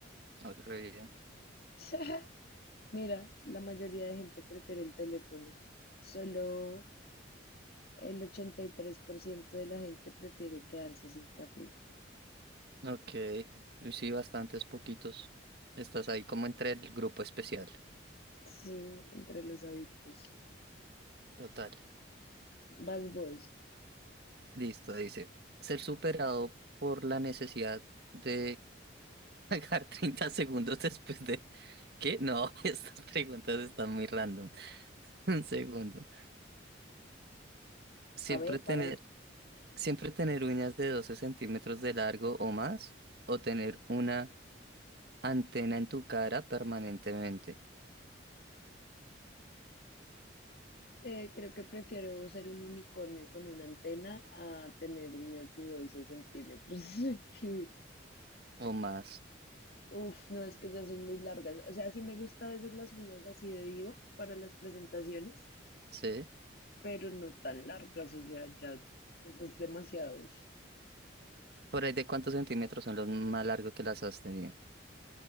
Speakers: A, on the right (about 55°); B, on the left (about 50°).
A: Ay, re bien.
B: <laughs> Mira, la mayoría de gente prefiere el teléfono. Solo el 83% de la gente prefiere quedarse sin café.
A: Ok, y sí, bastantes poquitos. Estás ahí como entre el grupo especial.
B: Sí, entre los adictos.
A: Total.
B: Vas vos.
A: Listo, dice. Ser superado por la necesidad de pagar 30 segundos después de... ¿Qué? No, <laughs> estas preguntas están muy random. <laughs> Un segundo. Siempre
B: A ver,
A: tener,
B: a ver.
A: siempre tener uñas de 12 centímetros de largo o más, o tener una antena en tu cara permanentemente
B: Eh, creo que prefiero ser un unicornio con una antena a tener uñas de 12 centímetros. <laughs>
A: o más.
B: Uf, no, es que ya son muy largas. O sea, sí me gusta a veces las uñas así de diva para las presentaciones,
A: ¿Sí?
B: pero no tan largas, o sea, ya eso es demasiado.
A: Por ahí de cuántos centímetros son los más largos que las has tenido.